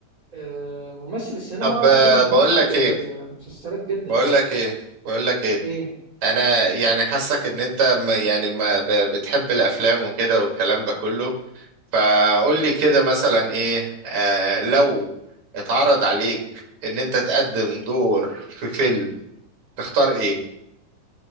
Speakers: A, on the right (about 25°); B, on the right (about 45°).
A: آه، ممثل السينما
B: طب آه،
A: غير ممثل
B: بقول لك
A: المسلسلات
B: ايه
A: جدا
B: بقول لك ايه بقول لك ايه
A: ايه
B: انا يعني حاسك ان انت ما- يعني ما ب- بتحب الافلام وكده والكلام ده كله فقول لي كده مثلا ايه آه لو اتعرض عليك ان انت تقدم دور في فيلم تختار ايه